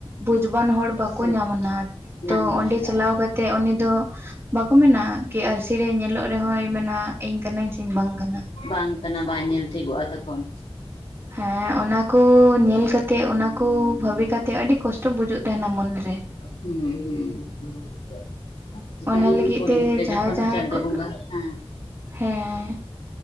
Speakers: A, on the right; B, on the left.
A: ᱵᱩᱡᱽᱵᱟᱱ ᱦᱚᱲ ᱵᱟᱠᱚ
B: ᱥᱮ
A: ᱧᱟᱢᱱᱟ
B: ᱧᱟᱢ
A: ᱛᱚ
B: ᱞᱮᱱᱠᱷᱟᱱ
A: ᱚᱸᱰᱮ ᱪᱟᱞᱟᱣ ᱠᱟᱛᱮᱜ ᱩᱱᱤ ᱫᱚ ᱵᱟᱠᱚ ᱢᱮᱱᱟ ᱠᱤ ᱟᱨᱥᱤᱨᱮᱭ ᱧᱮᱞᱚᱜ ᱨᱮᱦᱚᱸᱚᱭ ᱢᱮᱱᱟ ᱤᱧ ᱠᱟᱱᱟᱹᱧ ᱥᱮ ᱵᱟᱝ ᱠᱟᱱᱟ
B: ᱵᱟᱝ ᱠᱟᱱᱟ ᱵᱟᱭ ᱧᱮᱞ ᱴᱷᱤᱠᱚᱜᱼᱟ ᱛᱚᱠᱷᱚᱱ
A: ᱦᱮᱸ ᱚᱱᱟᱠᱩ ᱧᱮᱞ ᱠᱟᱛᱮᱜ ᱚᱱᱟᱠᱩ ᱵᱷᱟᱵᱤ ᱠᱟᱛᱮᱜ ᱟᱹᱰᱤ ᱠᱚᱥᱴᱚ ᱵᱩᱡᱩᱜ ᱛᱟᱦᱮᱱᱟ ᱢᱚᱱᱮᱨᱮ
B: <unintelligible>
A: ᱚᱱᱟ ᱞᱟᱹᱜᱤᱫ
B: ᱠᱩᱲᱤ
A: ᱛᱮ
B: ᱜᱤᱫᱽᱨᱟᱹ ᱡᱚᱠᱷᱚᱱ
A: ᱡᱟᱦᱟᱸᱭ ᱡᱟᱦᱟᱸᱭ
B: ᱪᱟᱸᱫᱳ
A: ᱠᱚ
B: ᱵᱚᱸᱜᱟ ᱦᱮᱸ
A: ᱦᱮᱸ